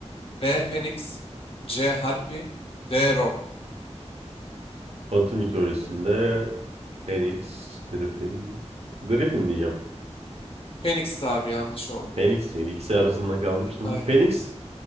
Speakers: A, on the left (about 55°); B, on the right (about 60°).
A: B. Phoenix C. Harpy D. Rock
B: Batı mitolojisinde Phoenix, Griffin. Griffin diyeceğim.
A: Phoenix abi yanlış oldu.
B: Phoenix değil, ikisi arasında
A: Bu,
B: kalmıştım.
A: aynen.
B: Bu Phoenix